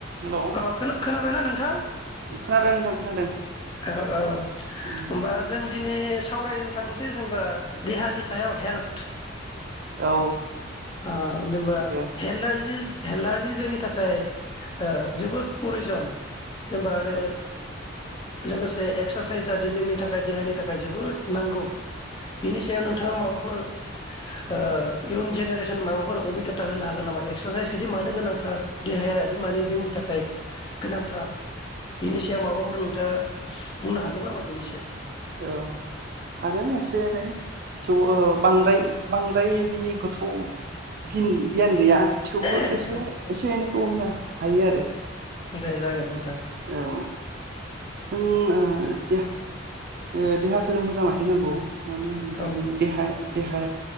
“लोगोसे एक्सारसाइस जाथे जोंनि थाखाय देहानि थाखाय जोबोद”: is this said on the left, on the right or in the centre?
Left